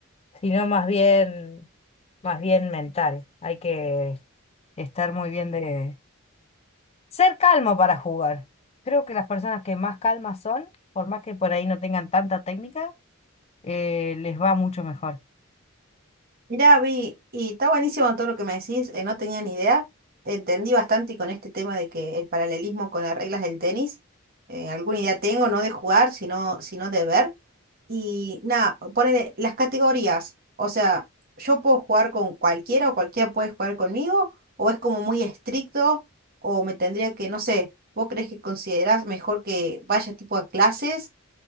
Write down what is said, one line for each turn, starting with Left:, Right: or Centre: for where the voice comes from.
Left: sino más bien, más bien mental. Hay que estar muy bien de... Ser calmo para jugar. Creo que las personas que más calmas son, por más que por ahí no tengan tanta técnica, eh, les va mucho mejor.
Right: Mirá, Vi, y está buenísimo todo lo que me decís, eh, no tenía ni idea. Entendí bastante con este tema de que el paralelismo con las reglas del tenis, eh, alguna idea tengo, no de jugar, sino, sino de ver. Y nada, ponele las categorías. O sea, ¿yo puedo jugar con cualquiera o cualquiera puede jugar conmigo? ¿O es como muy estricto? ¿O me tendría que, no sé, vos crees que considerás mejor que vaya tipo a clases